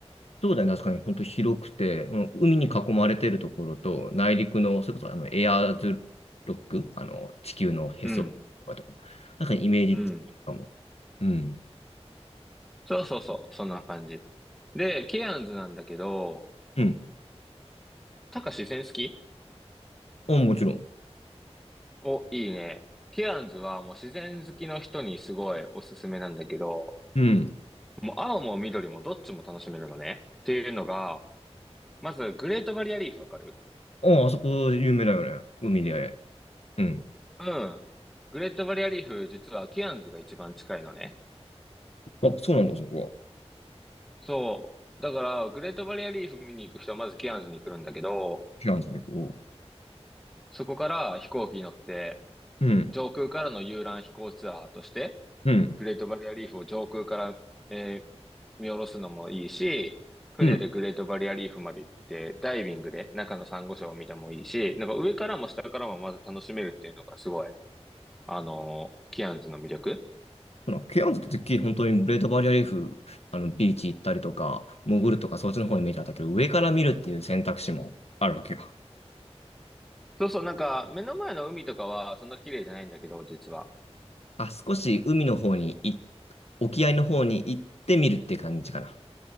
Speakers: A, on the left (about 70°); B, in the centre.
A: そうだよね。確かに、本当広くて、うん、海に囲まれてるところと、内陸の、それこそあのエアーズロック、あの、地球のへそとかと、
B: うん、
A: なんかイメージかも。
B: うん。
A: うん。
B: そうそうそう、そんな感じ。で、ケアンズなんだけど、
A: うん。
B: タカ自然好き
A: あ、もちろん。
B: お、いいね。ケアンズはもう自然好きの人にすごいおすすめなんだけど、
A: うん。
B: もう青も緑もどっちも楽しめるのね。っていうのが、まずグレートバリアリーフわかる
A: あ、あそこ有名だよね。海で。うん。
B: うん。グレートバリアリーフ、実はケアンズが一番近いのね。
A: あ、そうなんだ、そこは。
B: そう。だから、グレートバリアリーフ見に行く人はまずケアンズに来るんだけど、
A: ケアンズに行こ
B: そこから飛行機に乗って、
A: う。うん。
B: 上空からの遊覧飛行ツアーとして、
A: うん。
B: グレートバリアリーフを上空から、えー見下ろすのもいいし、船でグレートバリアリーフまで行って、
A: うん。
B: ダイビングで中のサンゴ礁を見てもいいし、なんか上からも下からもまず楽しめるっていうのがすごい、あのーケアンズの魅力。
A: ほら、ケアンズっててっきり本当にグレートバリアリーフ、あの、ビーチ行ったりとか、潜るとか、そっちの方のイメージだったけど、上から見るっていう選択肢もあるわけよ。
B: そうそう、なんか、目の前の海とかは、そんな綺麗じゃないんだけど、実は。
A: あ、少し海の方にい、沖合の方に行ってみるって感じかな。